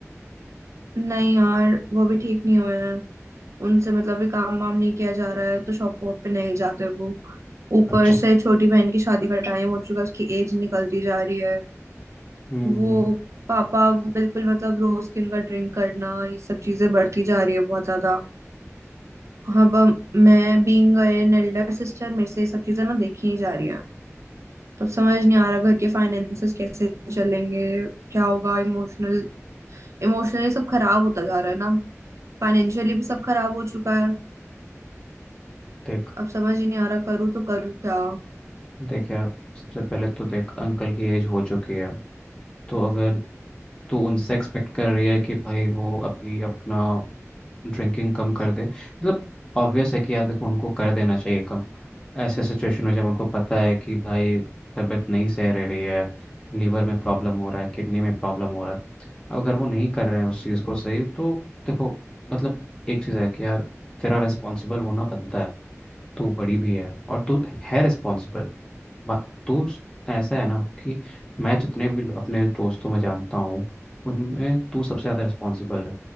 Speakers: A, on the right; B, on the left.
A: नहीं यार वो भी ठीक नहीं हुए हैं उनसे मतलब भी काम वाम नहीं किया जा रहा है तो शॉप वॉप पे नहीं जाते वो ऊपर
B: अच्छा
A: से छोटी बहन की शादी का टाइम हो चुका है उसकी एज निकलती जा रही है
B: हम्म
A: वो
B: हम्म,
A: पापा बिल्कुल मतलब रोज की उनका ड्रिंक करना ये सब चीजें बढ़ती जा रही है बहुत ज्यादा अब अब मैं बीइंग एन एल्डर सिस्टर मेरे से ये सब चीजें ना देखी ही जा रही हैं तो समझ नहीं आ रहा घर के फाइनेंसेस कैसे चलेंगे क्या होगा इमोशनल इमोशनली सब खराब होता जा रहा है ना फाइनेंशियली भी सब खराब हो चुका है
B: देख
A: अब समझ ही नहीं आ रहा करूँ तो करूँ क्या
B: देख यार सबसे पहले तो देख अंकल की एज हो चुकी है तो अगर तू उनसे एक्सपेक्ट कर रही है कि भाई वो अभी अपना ड्रिंकिंग कम कर दे मतलब ऑब्वियस है कि यार देखो उनको कर देना चाहिए कम ऐसे सिचुएशन में जब उनको पता है कि भाई तबीयत नहीं सह रह रही है लीवर में प्रॉब्लम हो रहा है किडनी में प्रॉब्लम हो रहा है अगर वो नहीं कर रहे हैं उस चीज़ को सही तो देखो मतलब एक चीज़ है कि यार तेरा रिस्पॉन्सिबल होना बनता है तू बड़ी भी है और तू है रिस्पॉन्सिबल बा- तो स- ऐसा है ना कि मैं जितने भी लो- अपने दोस्तों में जानता हूँ उनमें तू सबसे ज़्यादा रिस्पॉन्सिबल है